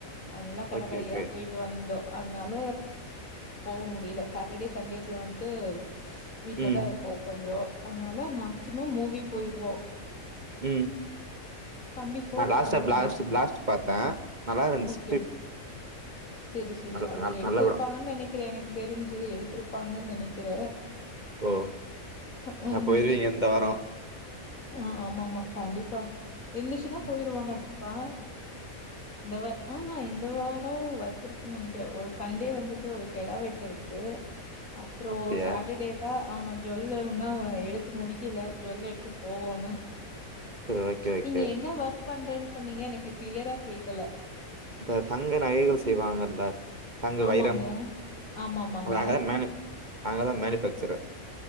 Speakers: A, on the left; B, on the right.
A: அதனால கட
B: ஓகே
A: கடையா
B: ஓகே
A: போய்ட் டு வந்தோ அதுனால போக முடியில சாட்டடே, சண்டேஸ்ல வந்து வீட்லதா
B: ம்
A: இருப்போ கொஞ்சோ அதுனால மேக்சிமம் மூவி போய்ருவோ
B: ம்
A: தம்பி ஃபோர்த்து
B: நா லாஸ்ட்டா
A: படிக்கிறா
B: ப்ளாஸ்ட்டு ப்ளாஸ்ட் பாத்தே நல்லா இருந்ச்சி
A: கே சேரி சேரி
B: நல்ல
A: அது
B: நல்ல-
A: எடுத்திருப்பான்
B: நல்ல படம்
A: நெனைக் கிறே எனக்கு தெரிஞ்சி எடுத்துருப்பாங்கன் நெனைக்கிற
B: ஓ
A: ஹ
B: நான்
A: ம்
B: போயிருவீங்க இந்த வாரம்
A: ஆ ஆமாமா கண்டிப்பா இர்ந்துச்சின்னா
B: ம்,
A: போயிருவோ கண்டி ப்பா இந்த வா ஆ ஆ இந்த வாரோ ஒர்க் இருக்கு நெனக்கிறே ஒரு சண்டே வந்துட்டு ஒரு கெடா வெட்டுருக்குது அப் றோ
B: அப்படியா
A: சாட்டடேதா ஆமா ஜ்வல்லு உன்னு எடுத்து முடிக்கல ஜ்வல் எடுத்து போகோனு
B: சரி ஓகே ஓகே
A: நீங்க என்ன வொர்க் பண்றேன் சொன்னீங்க எனக்கு க்ளியரா கேக்கல
B: இந்த தங்க நகைகள் செய்வாங்கல்ல நாங்க
A: ஆமாங்க.
B: வைரம்
A: ஆமாமாங்க.
B: நாங்கதா மேனி நாங்கதா மேனிஃபேக்சரர்